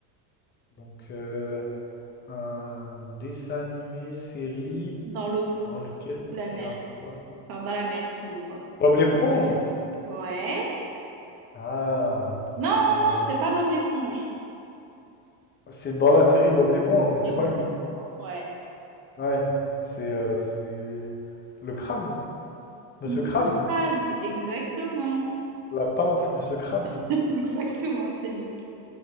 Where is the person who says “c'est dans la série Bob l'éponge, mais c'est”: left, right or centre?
Left